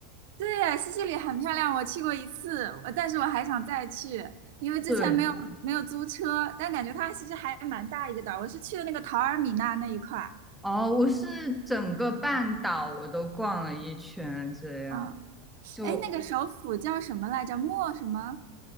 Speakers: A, on the right; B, in the centre.
A: 对，西西里很漂亮，我去过一次，我但是我还想再去，因为之前没有没有租车，
B: 对，
A: 但感觉它其实还蛮大一个岛。我是去的那个陶尔米纳那一块儿，
B: 哦，我是整个半岛我都逛了一圈，这样
A: 嗯，
B: 就，
A: 哎，那个首府叫什么来着？莫什么？